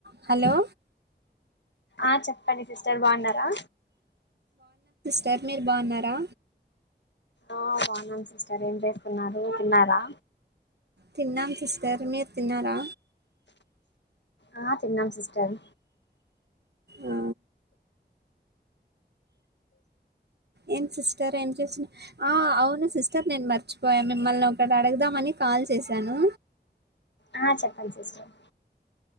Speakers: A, on the right; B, on the left.
A: Hello
B: ఆ చెప్పండి sister బావూన్నారా
A: టర్ మీరు బావున్నారా
B: ఆ బావున్నాను సిస్టర్ ఏం చేస్తున్నారు తిన్నారా
A: తిన్నాం సిస్టర్ మీరు తిన్నారా
B: ఆ తిన్నాం సిస్టర్
A: ఆ ఏం సిస్టర్ ఏం చేసిన ఆ అవును సిస్టర్ నేను మర్చిపోయా మిమ్మల్ని ఒకటి అడుగుదామని కాల్ చేసాను
B: ఆ చెప్పండి సిస్టర్